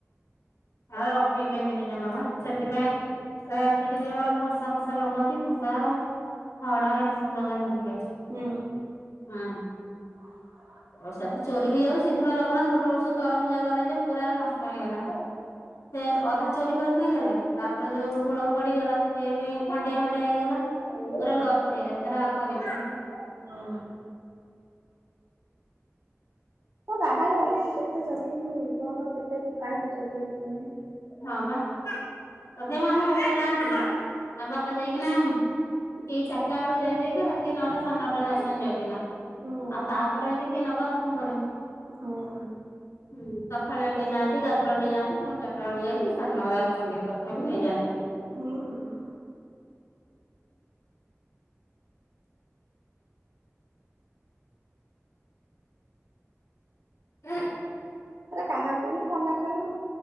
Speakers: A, on the left; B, on the right.
A: ଆଉ ରଖିବେ କେମିତି। ଜେଜେ ମାମା, ସେଥିପାଇଁ ପ୍ରାୟ ସେଠିବି ଆମର ଖସା ଫସା ଲଗାନ୍ତି। ଖସା ଖଡା ଏରା ସବୁ ଲଗାଲଗି କରିଛନ୍ତି।
B: ହୁଁ।
A: ହଁ।
B: ହ
A: ବରଷାକୁ ଚୋରି ହେଇଯାଉଛି ସେଥିପାଇଁ ଲଗଉନାହାନ୍ତି ଗୋଟେ ବର୍ଷ ତରଭୁଜ କଲେ ଯେ ପୁରା ନଷ୍ଟ ହେଇଗଲା। ସେ ଅଧା ଚୋରି କରି ନେଇଗଲେ ତାପରେ ଯୋଉ ଗୋଡ ପଡିଗଲା ସିଏ ବି ଖଣ୍ଡିଆ ଫଣ୍ଡିଆ ହେଇଗଲା।
B: ହୁଁ
A: ପୁରା ଲସ୍ ଖାଇଗଲେ, କହିଲେ ଆଉ କରିବିନି।
B: ହଁ। ହଁ ବାହାରେ ବାଡିକି କେତେ ଜଗିବୁ କଣ କେତେ କାହାକୁ ଜଗିବି କହୁନ।
A: ହଁ ବା, ତଥାପି ଆମ ବାପା ଯାଆନ୍ତି। ଆମ ବାପା ଯାଇକିନା ଏଇ ଚାରିଟା ବେଳୁ ଯାଇ ଯାଇକା ରାତି ନଅଟା ସାଢେ ନଅଟାରେ ଆସନ୍ତି ଯାଇକିନା।
B: ହୁଁ
A: ଆଉ ତାପରେ ଯଦି କିଏ ନବ କଣ କରିବ।
B: ହଁ।
A: ହୁଁ, ସଖାଳୁଆ ଟିକେ ଯାଆନ୍ତି, ଗାଧୁଆବେଳେ ଟିକେ ଯାଆନ୍ତି, ଫୁଣି ଚାରିଟା ଚାରିଟା ବେଳକୁ ଯାଇକି ସାଢେ ନଅରେ ଆସନ୍ତି ତଥାପି ନେଇଯାଆନ୍ତି ଲୋକ।
B: ହୁଁ ହୁଁ।
A: ଏକ
B: କାହାକୁ ବି ମନା କରିବୁ